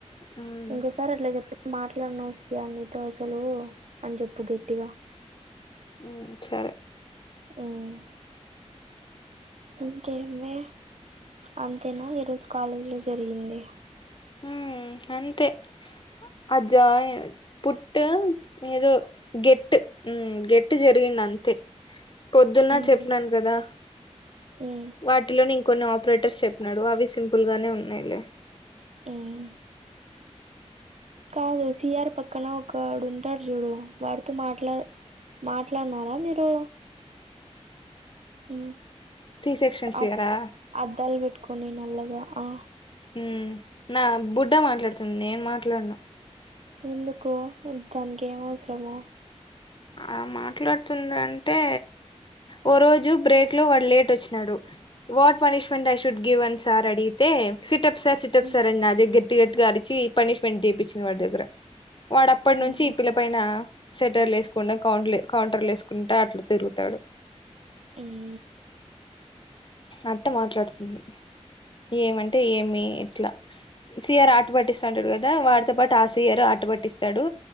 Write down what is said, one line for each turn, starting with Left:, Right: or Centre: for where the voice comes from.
Left: ఉమ్,
Right: ఇంకోసారి అట్లా చెప్ మాట్లాడనువు సియా నీతో అసలు అని చెప్పు గట్టిగా
Left: మ్ సరే
Right: హూ మ్ ఇంకే అమ్మీ అంతేనా ఈరోజు రుజ కాలేజీలో జరిగింది
Left: ఉమ్ అంతే అజ్జా పుట్ ఏదో గెట్ గెట్ జరిగింది అంతే పొద్దున్న
Right: ఉమ్
Left: చెప్పినను కదా
Right: ఉమ్
Left: వాటిలోనే ఇంకొన్ని ఆపరేటర్స్ చెప్పినాడు అవి సింపుల్ గానే ఉన్నాయిలే
Right: ఏయ్ కాదు సిఆర్ పక్కన ఒకడుంటాడు చూడు వాడితో మాట్లా మాట్లాడినారా మీరు మ్
Left: సి సెక్షన్స్
Right: అ
Left: ఇయరా
Right: అద్దాలు పెట్టుకోని నల్లగా ఆ
Left: మ్ నా బుడ్డ మాట్లాడుతుంది నేను మాట్లాడును
Right: ఎందుకు దానికి ఏం అవసరము
Left: ఆ మాట్లాడుతుంది అంటే ఓ రోజు బ్రేక్ లో వాడు లేట్ వచ్చినాడు what punishment I should give one sir అడిగితే సిటప్ సార్ సిటప్
Right: ఉమ్
Left: సార్ అని నా దగ్గర గట్టి గట్టిగా అరిచి పనిష్మెంట్ చేపిచ్చింది వాడి దగ్గర వాడప్పటి నుంచి
Right: ఉహు
Left: ఈ పిల్ల పైన సెటర్లేసు కుంటా కౌంటర్ కౌంటర్లేసుకుంటా అట్లు తిగుతాడు
Right: ఉమ్
Left: అట్ట మాట్లాడుతుంది ఏమంటే ఏమి ఇట్లా సిఆర్ ఆట పట్టిస్తుంటాడు కదా వాడితో పాటు ఆ సిఆర్ ఆ ట పట్టిస్తాడు